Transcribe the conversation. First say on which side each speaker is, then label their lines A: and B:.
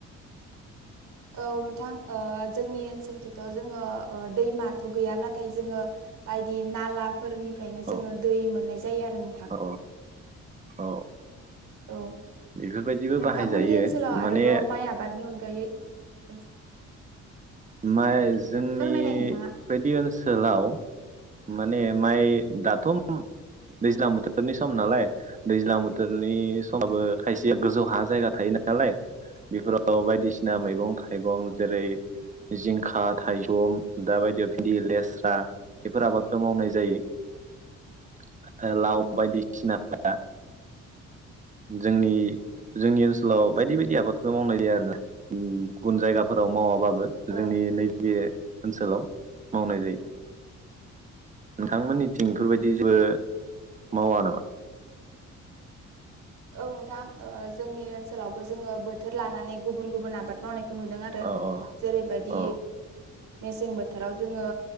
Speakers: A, on the right (about 70°); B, on the right (about 25°).
A: औ नोंथां ओ जोंनि ओनसोलखिथ' जोङो ओ‌ दैमाथ' गैया नाथाय जोङो बायदि नालाफोरनिफ्रायनो
B: अ
A: जोङो दै मोननाय जायो आरो नोंथां
B: अ अ
A: औ
B: बेफोरबायदिबो
A: नोंथांमोननि
B: बाहायजायो
A: ओनसोलाव
B: माने
A: आरोबाव माइ आबादनि अनगायै <unintelligible>
B: माइ जोंनि
A: फोरमायलाय नोंथाङा
B: बायदि ओनसोलाव माने माइ दाथ' दैज्लां बोथोरनि सम नालाय दैज्लां बोथोरनि समाबो खायसेया गोजौ हा जायगा थायोना नालाय बेफोराव बायदिसिना मैगं थाइगं जेरै जिंखा थाइजौ दा बायदियाव भिन्दि लेस्रा बेफोर आबादखौ मावनाय जायो लाव
A: औ
B: बायदिसिना दा जोंनि जोंनि ओनसोलाव बायदि बायदि आबादखौ मावनाय जायो आरोना गुबुन जायगाफोराव मावाबाबो
A: औ
B: जोंनि नैबे ओनसोलाव मावनाय जायो नोंथांमोननिथिं बेफोरबायदि जेबो मावा नामा
A: औ नोंथां जोंनि ओनसोलावबो जोङो बोथोर लानानै गुबुन गुबुन आबाद मावनायखौ
B: अ
A: जेरैबायदि
B: अ
A: मसें बोथोराव जोंगो